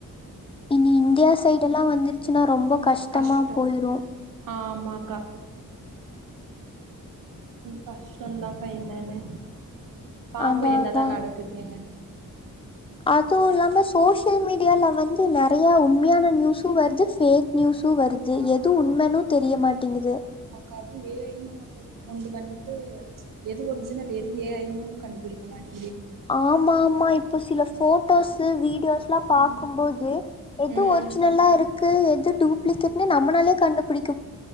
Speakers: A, on the left; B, on the right.
A: இனி இந்தியா சைடெல்லா வந்துருச்சுனா ரொம்பக் கஷ்டமாப்
B: கஷ்டோ
A: போயிரு
B: ஆமாக்கா ம் கஷ்டந்தாக்கா என்னனு பாப்போ
A: அதான்,
B: என்னதான்
A: அதான்.
B: நடக்குதுன்னு
A: அது இல்லாம சோஷியல் மீடியால வந்து நெறையா உண்மையான நியூஸு வருது ஃபேக் நியூஸு வருது
B: ஆமா
A: எது உண்மேன்னு தெரிய மாட்டேங்கிது
B: காது ஏ ஐனு ஒன்னு வெப்போ கொண்டு வந்ட்டு எது ஒரிஜினல் எது ஏ ஐனு கண்டுபிடிக்க மாட்
A: ஆமா ஆமா இப்போ சில போட்டோஸு வீடியோஸ்ல்லா பாக்கும்போது
B: ம்
A: எது
B: ம்
A: ஒரிஜினல்லா இருக்கு எது டூப்ளிகேட்ன்னே நம்மளாலே கண்டுபிடிக்